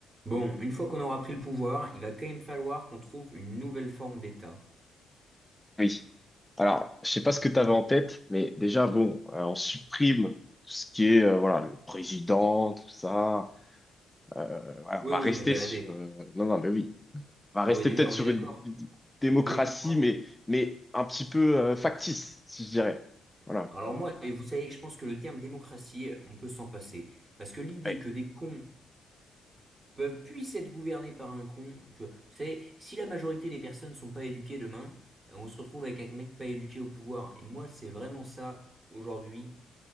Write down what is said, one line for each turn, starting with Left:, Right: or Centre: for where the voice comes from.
Right: Bon, une fois qu'on aura pris le pouvoir, il va quand même falloir qu'on trouve une nouvelle forme d'État.
Centre: Oui. Alors, je sais pas ce que tu avais en tête, mais déjà, bon, euh, on supprime tout ce qui est, euh, voilà, le président, tout ça. Euh, voilà,
Right: Oui,
Centre: on va
Right: oui,
Centre: rester
Right: non, mais
Centre: sur...
Right: allez.
Centre: euh, non, non, mais oui. On va rester
Right: Ah oui, déjà,
Centre: peut-être
Right: on
Centre: sur
Right: est d'accord?
Centre: une d- démocratie,
Right: Oui, dites-moi.
Centre: mais, mais un petit peu euh, factice, si je dirais. Voilà.
Right: Alors moi, et vous savez, je pense que le terme démocratie, on peut s'en passer. Parce que l'idée
Centre: Ouais,
Right: que des cons peuvent, puissent être gouvernés par un con, tu vois, vous savez, si la majorité des personnes sont pas éduquées demain, on se retrouve avec un mec pas éduqué au pouvoir. Et moi, c'est vraiment ça, aujourd'hui,